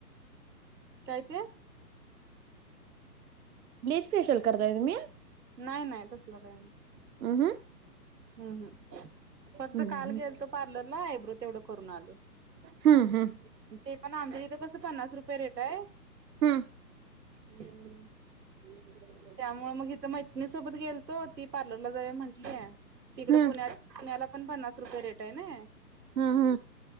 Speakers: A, on the right; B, on the right.
A: कायती
B: ब्लीच फेशियल करताय तुम्ही
A: नाही नाही तसलं काही नाही
B: आ हं
A: हम् हम् फक्त
B: हं
A: काल गेल तो पार्लरला आयब्रो तेवढं करून आले
B: हम्म हम्म
A: ते पण आमच्या तिथं कसं पन्नास रुपये रेट आहे
B: हं हं
A: हम्म
B: ह
A: त्यामुळे मग इथं मैतिणी सोबत गेलतो ती पार्लरला जावे म्हटलीय तिकडे
B: हं
A: पुण्यात पुण्याला पण पन्नास रुपये रेट आहे ना
B: हा हा